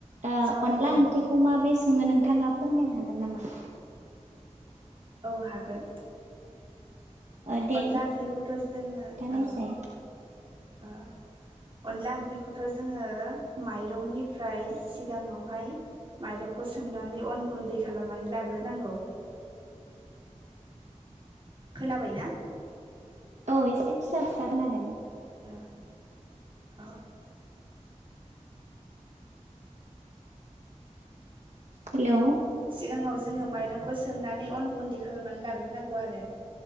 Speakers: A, on the right (about 70°); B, on the right (about 40°).
A: दा
B: सावरायनो
A: अनला
B: हागोन
A: ओंख्रिखौ
B: दे
A: माबोरै सङो नोंथाङा फोरमायनो हागोन नामा?
B: औ हागोन।
A: ओ दे
B: अनला ओंख्रिखौथ' जोङो
A: खिन्थानायसाय
B: ओ ओ अनला ओंख्रिखौथ' जोङो माइरंनिफ्राय सिगाङाव हाय माइरंखौ सोमनानै अन गुन्दै खालामनानै लाग्रोनांगौ खोनाबाय ना?
A: औ एसे फिसा फिसा खोनादों।
B: ओ अ
A: हेलौ
B: सिगाङाव जोङो माइरंखौ सोमनानै अन गुन्दै खालामनानै लाग्रोनांगौ आरो